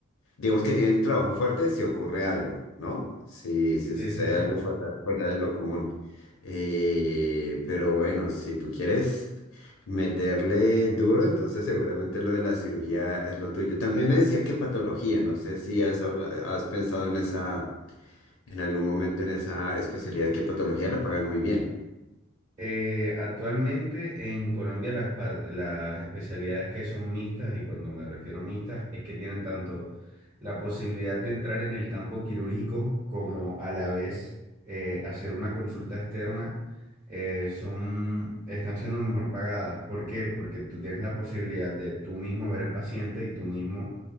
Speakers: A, on the left; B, on the right.
A: digamos que tiene trabajo fuerte si ocurre algo, ¿no? Si, si
B: Sí,
A: sucede
B: sí, exacto.
A: algo fuera, fuera de lo común. Eh, pero bueno, si tú quieres meterle duro, entonces seguramente lo de la cirugía es lo tuyo. También me decía que patología, no sé si has, habla- has pensado en esa, en algún momento en esa especialidad, que patología la pagan muy bien.
B: Eh, actualmente en Colombia las, pa- las especialidades que son mixtas, y cuando me refiero a mixtas, es que tienen tanto la posibilidad de entrar en el campo quirúrgico como a la vez eh, hacer una consulta externa, eh, son, están siendo mejor pagadas. ¿Por qué? Porque tú tienes la posibilidad de tú mismo ver al paciente y tú mismo